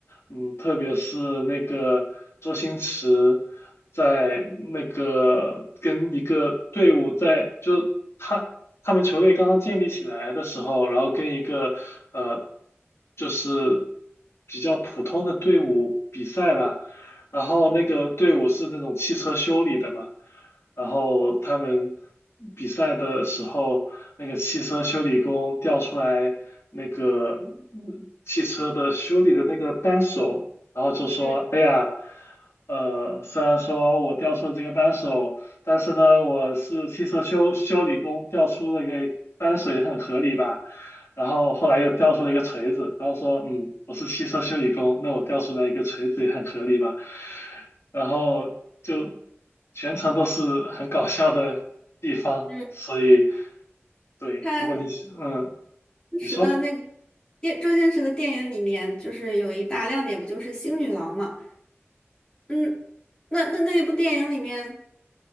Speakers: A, on the left; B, on the left.
A: 嗯，特别是那个周星驰在那个跟一个队伍在就他他们球队刚刚建立起来的时候，然后跟一个呃就是比较普通的队伍比赛吧。然后那个队伍是那种汽车修理的嘛，然后他们比赛的时候，那个汽车修理工调出来那个嗯汽车的修理的那个扳手，然后就说：
B: 嗯
A: “哎呀，呃，虽然说我调出了这个扳手，但是呢，我是汽车修修理工，调出了个扳手也很合理吧。”然后后来又掉出了一个锤子，然后说，嗯，我是汽车修理工，那我掉出来一个锤子也很合理吧。然后就全程都是很搞笑的地方，
B: 嗯
A: 所以对，
B: 他
A: 如果你嗯，
B: 当时的那个
A: 你说，
B: 电周星驰的电影里面，就是有一大亮点，不就是星女郎吗？嗯，那那那一部电影里面，